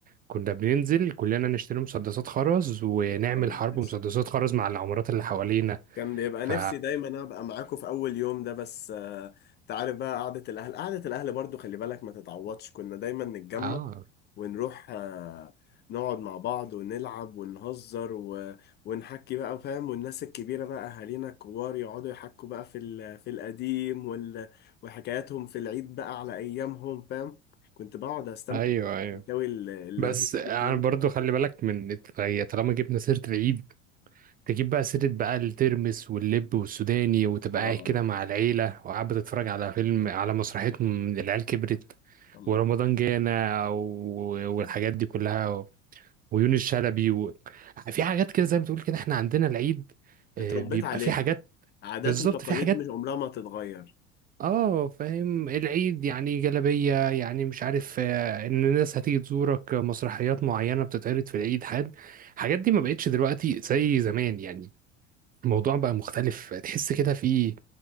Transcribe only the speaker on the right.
كنا بننزل كلنا نشتري مسدسات خرز ونعمل
حرب مسدسات خرز مع العمارات اللي حوالينا
ف
اه
ايوه ايوه
بس انا
برضو خلي بالك من هي طالما جبنا سيرة العيد تجيب بقى سيرة بقى الترمس واللب والسوداني وتبقى
قاعد كده مع العيلة وقاعد بتتفرج على فيلم على مسرحية م- العيال كبرت
ورمضان جانا و- والحاجات دي كلها و- ويونس شلبي و... في حاجات كده زي ما تقول كده احنا عندنا العيد آه،
بيبقى
في حاجات
بالظبط
في حاجات
اه فاهم العيد يعني جلبية يعني مش عارف آه، ان الناس هتيجي تزورك آه، مسرحيات معينة بتتعرض في العيد حد الحاجات دي ما بقتش دلوقتي زي زمان يعني الموضوع بقى مختلف تحس كده في